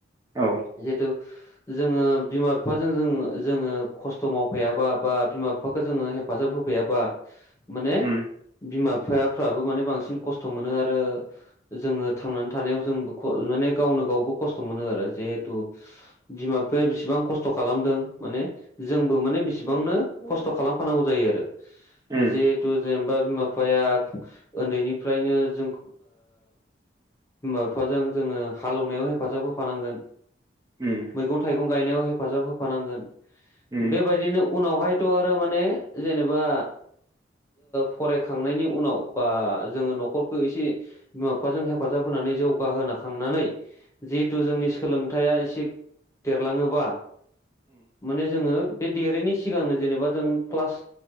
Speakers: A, on the right (about 20°); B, on the left (about 15°).
A: औ।
B: जिहेथु जोङो बिमा बिफाजों जों जोङो खस्थ' मावफैायाबा बा बिमा। बिफाखौ जोङो हेफाजाब होफैयाबा माने।
A: उम
B: बिमा बिफाफ्राबो माने बांसिन खस्थ' मोनो आरो। जोङो थांनानै थानायाव जोंबो माने गावनो गावबो खस्थ' मोनो आरो जिेहेथु। बिमा बिफाया बिसेबां खस्थ' खालामदों माने। जोंबो माने बेसेबांनो खस्थ' खालामफानांगौ जायो आरो।
A: उम
B: जिहेथु जेनेबा बिमा बिफाया उन्दैनिफ्रायनो जों। बिमा बिफाजों जोङो हालेवनायाव हेफाजाब होफानांगोन।
A: उम।
B: मैगं थाइगं गायनायाव हेफाजाब होफानांगोन
A: उम
B: बेबायदिनो। उनावहायथ' आरो माने जेनेबा। फरायखांनायनि उनाव बा जोङो न'खरखौो एसे। बिमा बिफाजों हेफाजाब होनानै जौगाहोन खांनानै। जिहेथु जोंनि सोलोंथाइया एसे देरलाङोबा। माने जोङो बे देरैनायनि सिगांनो जेनेबा जों क्लास